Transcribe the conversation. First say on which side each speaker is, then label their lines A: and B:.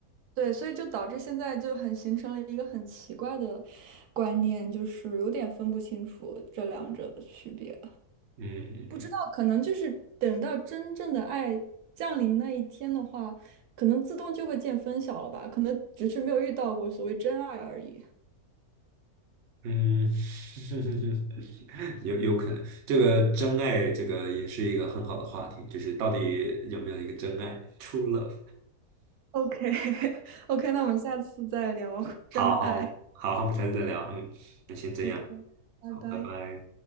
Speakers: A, on the right; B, on the right.
A: 对，所以就导致现在就很形成了一个很奇怪的观念，就是有点分不清楚这两者的区别。
B: 嗯
A: 不知道，可能就是等到真正的爱降临那一天的话，可能自动就会见分晓了吧？可能只是没有遇到过所谓真爱而已。
B: 嗯，<laughs> 有有可能，这个真爱，这个也是一个很好的话题，就是到底有没有一个真爱 <laughs> （true love）。
A: OK，OK，<laughs> 那我们下次再聊真爱。
B: 好好好，我们下次再聊，嗯，那先这样，
A: OK，拜拜。
B: 好，拜拜。